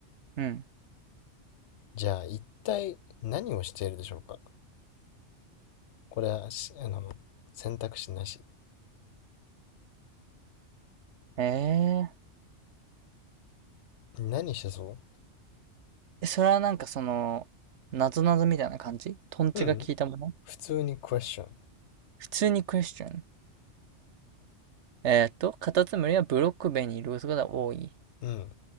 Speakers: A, on the right; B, on the left.
A: うん。
B: じゃあ一体何をしているでしょうかこれはし、あの、選択肢なし。
A: ええ
B: 何してそう
A: え、それはなんかその、なぞなぞみたいな感じトンチが効いたもの
B: うん。普通にクエスチョン。
A: 普通にクエスチョン。えーっと、カタツムリはブロックベにいることが多い。
B: うん。